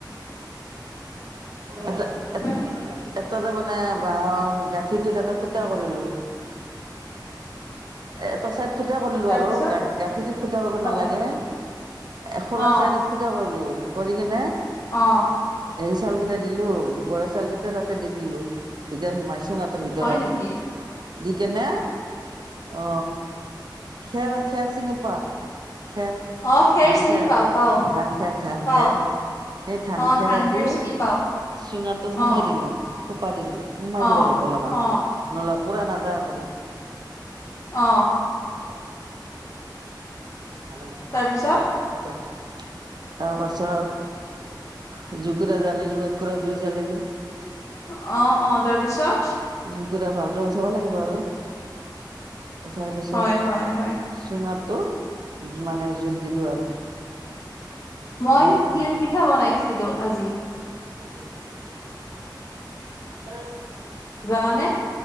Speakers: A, on the right (about 60°); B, on the left (about 45°).
A: এটা এট
B: অ
A: এট তাতে মানে বাঁহৰ গাঁঠিটো তাতে ফুটা কৰিলো। এটা চাইড ফুটা কৰিলো
B: তাৰপিছত
A: আৰু গা-গাঁঠিটোত ফুটা কৰিব
B: অ
A: নালাগে। এ খোলা
B: অ
A: চাইদত ফূটা কৰিলো। কৰি কিনে
B: অ'।
A: হেৰি চাউল কেইটা দিলো বৰা চাউল কেইটা তাতে দি দিলো এতিয়া সোমাইছ। চুঙাটোৰ ভিতৰত
B: হয় নেকি
A: দি কেনে অ খেৰ-খেৰ চিনি পোৱা খেৰ।
B: অ
A: ধান
B: চিনি
A: খেৰ,
B: পাও পাও
A: ধান খেৰ ধান
B: পাও
A: খেৰ সেই ধান
B: অ
A: খেৰেদি
B: খেৰ চিনি পাও
A: চুঙাটোত
B: অ
A: সোমাই দিলো, সোপা দিলো সোমাই
B: অ
A: দিব লাগিব অলপমান
B: অ
A: নলা পুৰা নাযা কৰি।
B: আহ'।
A: তাৰপাছত
B: তাৰপিছত
A: জুইকোৰা জ্বালিলো, একোৰা জুই জ্বালিলো
B: অ, অ' তাৰপিছত
A: জুই কুৰা ভালকে উঠাব লাগিব আৰু। উঠাৰ পিছত
B: হয় হয় হয়
A: চুঙাত টো যিমানে জুইট দিলো আৰু
B: মই
A: জুইত দি
B: তিল পিঠা বনাইছিলো, আজি।
A: <unintelligible> উম।
B: জানানে?